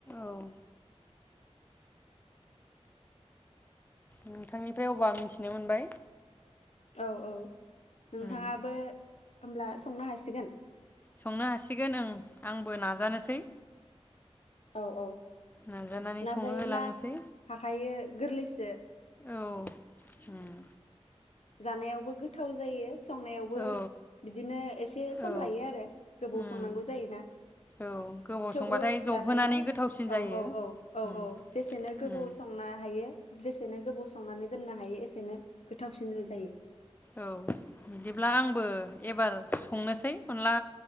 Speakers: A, on the left (about 15°); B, on the left (about 70°).
A: औ नोंथांनिफ्राय अबा मिनथिनो मोनबाय
B: औ औ नोंथाङाबो
A: उम
B: होमब्ला संनो हासिगोन?
A: संनो हासिगोन ओं आंबो नाजानोसै
B: औ औ
A: नाजानानै
B: नाजायोब्ला
A: संहो होलांनोसै
B: हाखायो गोरलैसो
A: औ उम
B: जानायावबो गोथाव जायो संनायावबो
A: औ
B: बिदिनो एसे सम
A: औ
B: लायो आरो गोबाव
A: उम
B: संनांगौ जायोना
A: औ गोबाव
B: थेवबो
A: संबाथाय जबहोनानै
B: जानायाव
A: गोथावसिन जायो
B: औ औ औ औ
A: उम
B: औ जेसेनो गोबौ
A: उम
B: संनो हायो जेसेनो गोबाव संनानै दोननो हायो एसेनो गोथावसिन <unintelligible> जायो
A: औ बिदिब्ला आंबो एबार संनोसै अनला